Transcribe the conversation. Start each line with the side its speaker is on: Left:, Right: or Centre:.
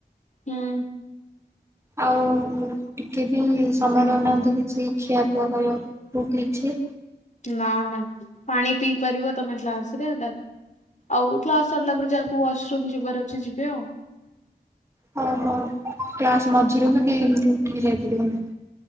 Left: ହୁଁ
Right: ଆଉ ଟିକେ ବି ସମୟ ନଉନାହାନ୍ତି କିଛି ଖିଆ ପିଆ କରିବାକୁ ଆଉ କିଛି
Left: ନା ନା ପାଣି ପିଇ ପାରିବ ତମେ କ୍ଲାସ ରେ, ଆଉ କ୍ଲାସ ସରିଲା ପରେ ଯାହାକୁ ୱାଶ ରୁମ ଯିବାର ଅଛି, ଯିବେ ଆଉ
Right: ହଁ ହଁ କ୍ଲାସ ମଝିରେ ବି କେହି ଏମିତି ଉଠିକି ଯାଇପାରିବେନି